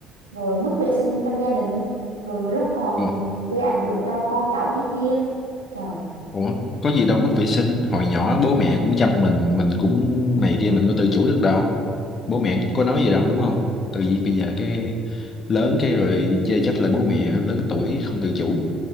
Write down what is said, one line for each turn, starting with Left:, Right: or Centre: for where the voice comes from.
Right: rồi mất vệ sinh trong gia đình rồi nhiều lúc còn
Left: ủa
Right: gây ảnh hưởng cho con cháu này kia trời
Left: ủa có gì đâu mất vệ sinh hồi nhỏ bố mẹ cũng chăm mình mình cũng này kia mình có tự chủ được đâu bố mẹ có nói gì đâu đúng không tại vì bây giờ cái lớn cái rồi chê trách là bố mẹ lớn tuổi không tự chủ